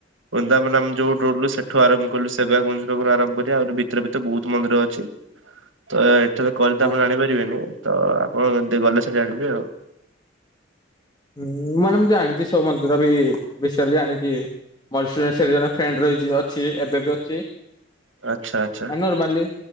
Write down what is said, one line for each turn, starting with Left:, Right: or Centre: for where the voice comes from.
Right: ବୃନ୍ଦାବନ ଆମେ ଯୋଉଠି ରହୁଥିଲୁ, ସେଠୁ ଆରମ୍ଭ କଲୁ ସେବାଗ ମନ୍ଦିର ପାଖରୁ ଆରମମ୍ଭ କରି ଆ ଭିତରେ ଭିତରେ ବହୁତ ମନ୍ଦିର ଅଛି। ତ ଏଠି ତ କହିଲେ
Left: ହଁ
Right: ତ ଆପଣ ଜାଣିପାରିବେନି। ତ ଆପଣ ଦେ ଗଲେ ସେଠି ଜାଣିବେ ଆଉ।
Left: ହୁଁ ମାନେ ମୁଁ ଜାଣିଛି ସବୁ ମନ୍ଦିର ବି ବିଷୟ ରେ ଜାଣିଛି। ମୋର ସେ ସେଠି ଜଣେ ଫ୍ରେଣ୍ଡ ରହିଛି ଅଛି ଏବେ ବି ଅଛି।
Right: ଆଚ୍ଛା ଆଚ୍ଛା
Left: ଆ ନର୍ମଲି